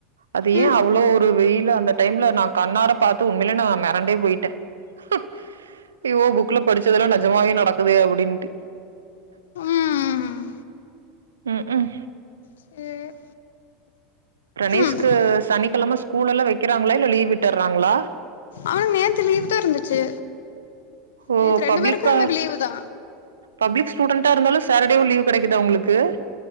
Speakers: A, on the right; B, on the left.
A: அது
B: ம்
A: ஏன் அவ்வளோ ஒரு வெயில அந்த டைம்ல நான் கண்ணார பாத்து உண்மையிலே நான் மெறண்டே போயிட்டேன் ம் ஐயோ புக்ல படிச்சதெல்லாம் நெஜமாவே நடக்குதே அப்படின்ட்டு
B: ம் ம்
A: ஹிம் ம் ம்
B: சேர்
A: பிரணேஷ்க்கு
B: ம்
A: சனிக்கிழமை ஸ்கூல்லல்லாம் வைக்கிறாங்களா ல்ல லீவ் விட்டுர்றாங்களா
B: அவனு நேத்து லீவு தான் இருந்துச்சு
A: ஓ
B: நேத்து ரெண்டு
A: பப்ளிக்கா
B: பேருக்கு எங்களுக்கு லீவு தா
A: பப்ளிக் ஸ்டூடெண்டா இருந்தாலும் சேட்டர்டே லீ்வ் கிடைக்குதா உங்களுக்கு